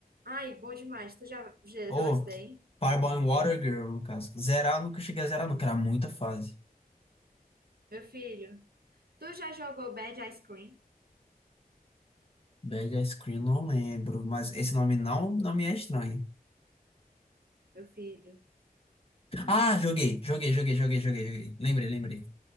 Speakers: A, on the right (about 80°); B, on the left (about 40°).
A: Ai, bom demais. Tu já gerou
B: Ou
A: esse daí?
B: Fireball and Water Girl, no caso. Zerar, eu nunca cheguei a zerar, nunca. Era muita fase.
A: Meu filho. Tu já jogou Bad Ice Cream?
B: Bad Ice Cream, não lembro. Mas esse nome não, não me é estranho.
A: Meu filho.
B: Ah, joguei, joguei, joguei, joguei, joguei, joguei. Lembrei, lembrei.